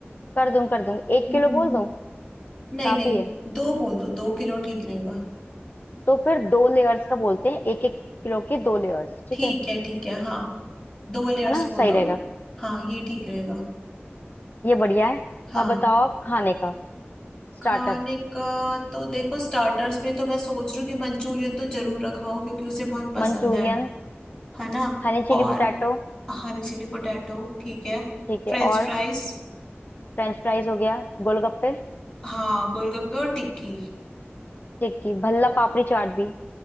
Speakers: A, on the left (about 45°); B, on the left (about 15°).
A: कर दूंगी कर दूंगी एक
B: हम्म
A: किलो बोल दूं
B: नहीं
A: काफी
B: नहीं
A: है
B: दो बोल दो दो किलो ठीक रहेगा
A: तो फिर दो लेयर्स का बोलते हैं एक एक किलो की दो लेयर्स ठीक
B: ठीक
A: है
B: है ठीक है हाँ दो लेयर्स
A: है ना
B: बोल
A: सही
B: दो
A: रहेगा
B: हाँ ये ठीक रहेगा
A: ये बढ़िया है
B: हाँ
A: अब बताओ आप खाने का starter
B: खाने का तो देखो स्टार्टर्स पे तो मैं सोच रही हूँ कि मंचूरियन तो जरूर रखवाऊँ क्योंकि उसे बहुत पसंद
A: Manchurian
B: है है ना
A: honey chilli
B: और
A: potato
B: हाँ चिली पोटैटो ठीक है
A: ठीक
B: French
A: है और
B: fries
A: फ्रेंच फ्राइज हो गया गोलगप्पे
B: हाँ गोलगप्पे और टिक्की
A: ठीक है भल्ला पापड़ी चाट भी